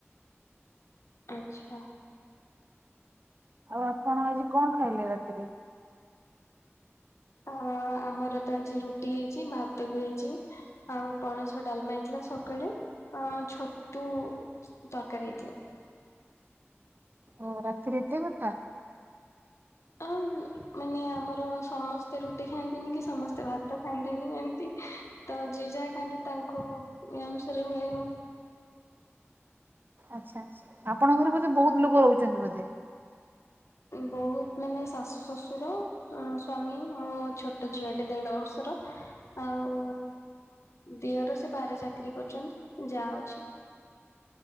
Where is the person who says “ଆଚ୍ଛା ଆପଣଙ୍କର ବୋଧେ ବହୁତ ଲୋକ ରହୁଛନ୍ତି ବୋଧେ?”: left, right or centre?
Right